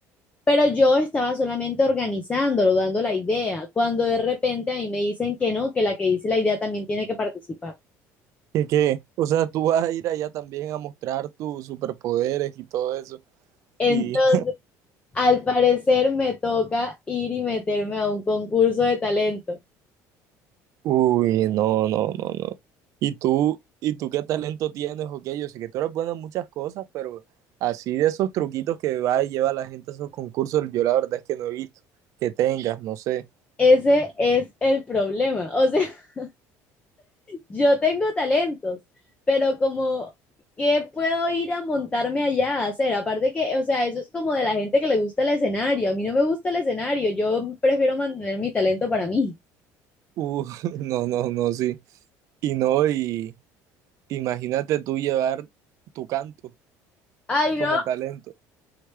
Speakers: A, on the left (about 20°); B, on the right (about 55°).
A: Pero yo estaba solamente organizándolo, dando la idea, cuando de repente a mí me dicen que no, que la que dice la idea también tiene que participar.
B: ¿Qué, qué? O sea, tú vas a ir allá también a mostrar tus superpoderes y todo eso.
A: Entonces,
B: Y
A: al parecer me toca ir y meterme a un concurso de talento.
B: Uy, no, no, no, no. ¿Y tú, y tú qué talento tienes o qué? Yo sé que tú eres bueno en muchas cosas, pero así de esos truquitos que va y lleva la gente a esos concursos, yo la verdad es que no he visto que tengas, no sé.
A: Ese es el problema. O sea, <laughs> yo tengo talentos, pero como, ¿qué puedo ir a montarme allá a hacer? Aparte que, o sea, eso es como de la gente que le gusta el escenario. A mí no me gusta el escenario, yo prefiero mantener mi talento para mí.
B: Uh, <laughs> no, no, no, sí. Y no, y imagínate tú llevar tu canto
A: Ay,
B: como talento.